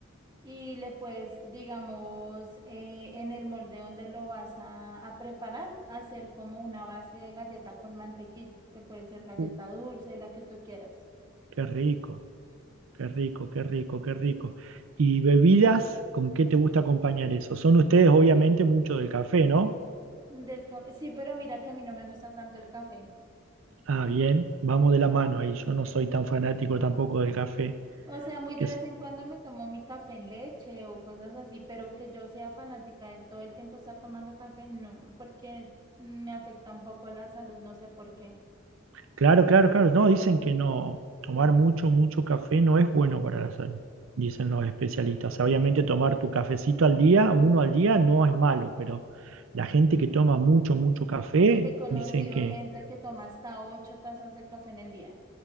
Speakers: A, on the right; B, on the right.
A: Y le puedes, digamos, eh, en el molde donde lo vas a, a preparar, hacer como una base de galleta con mantequilla, que puede ser galleta
B: Uh,
A: dulce, la que tú quieras.
B: Qué rico, qué rico, qué rico, qué rico. ¿Y bebidas? ¿Con qué te gusta acompañar eso? Son ustedes obviamente mucho del café, ¿no?
A: Del ca- sí, pero mira que a mí no me gusta tanto el café.
B: Ah, bien, vamos de la mano ahí. Yo no soy tan fanático tampoco del café.
A: O sea, muy
B: Que
A: de
B: es-
A: vez en cuando me tomo mi café en leche o cosas así, pero que yo sea fanática de todo el tiempo estar tomando café, no, porque me afecta un poco la salud, no sé por qué.
B: Claro, claro, claro. No, dicen que no, tomar mucho, mucho café no es bueno para la salud, dicen los especialistas. O sea, obviamente tomar tu cafecito al día, uno al día, no es malo, pero la gente que toma mucho, mucho café,
A: He conocido
B: dicen que,
A: gente que toma hasta ocho tazas de café en el día,